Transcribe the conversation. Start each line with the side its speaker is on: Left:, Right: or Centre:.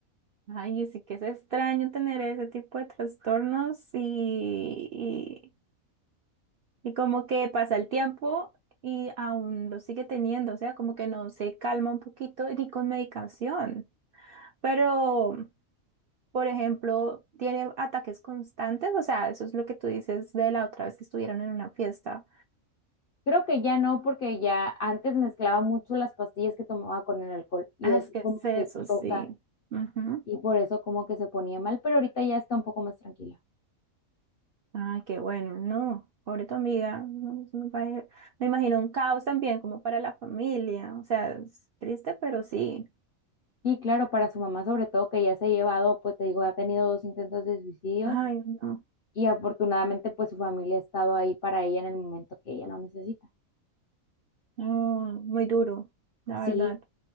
Right: Ay, sí que es extraño tener ese tipo de trastornos y, y, y como que pasa el tiempo y aún lo sigue teniendo, o sea, como que no se calma un poquito ni con medicación. Pero por ejemplo, tiene ataques constantes, o sea, eso es lo que tú dices de la otra vez que estuvieron en una fiesta.
Left: Creo que ya no, porque ya antes mezclaba mucho las pastillas que tomaba con el alcohol y
Right: Ah,
Left: eso
Right: es que es
Left: como
Right: eso,
Left: que
Right: sí.
Left: choca
Right: Ujú.
Left: y por eso como que se ponía mal, pero ahorita ya está un poco más tranquila.
Right: Ay, qué bueno, no, pobre tu amiga, no, eso me pare- me imagino un caos también como para la familia, o sea, es triste, pero sí.
Left: Y claro, para su mamá sobre todo, que ya se ha llevado, pues te digo, ha tenido dos intentos de suicidio
Right: Ay, no,
Left: y afortunadamente pues su familia ha estado ahí para ella en el momento que ella lo necesita.
Right: no, muy duro, la
Left: Sí,
Right: verdad,